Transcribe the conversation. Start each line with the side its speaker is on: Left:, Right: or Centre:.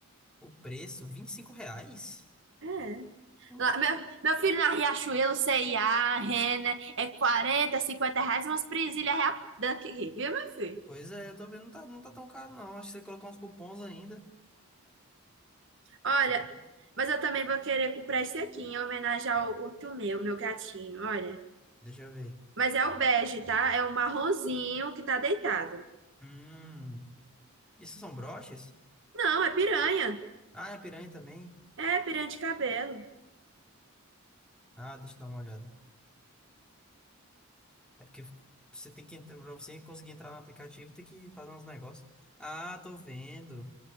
Centre: O preço, 25 reais?
Right: É.
Centre: Não
Right: Lá-
Centre: tá.
Right: Meu, meu filho, na Riachuelo, C&A, Renner, é 40 50 reais, umas presilhas rea- daqui, viu, meu filho?
Centre: Pois é, eu tô vendo, não tá, não tá tão caro, não. Acho que você colocar uns cupons ainda.
Right: Olha,
Centre: Você colo-
Right: mas eu também vou querer comprar esse aqui em homenagem ao outro meu, meu gatinho, olha.
Centre: Deixa eu ver.
Right: Mas é o bege, tá? É o marronzinho que tá deitado.
Centre: Hum. Isso são broches?
Right: Não, é piranha.
Centre: Ah, é piranha também?
Right: É piranha de cabelo. O
Centre: Ah, deixa eu dar uma olhada. É porque fica- você tem que entrar, pra você conseguir entrar no aplicativo, tem que fazer uns negócios. Ah, tô vendo.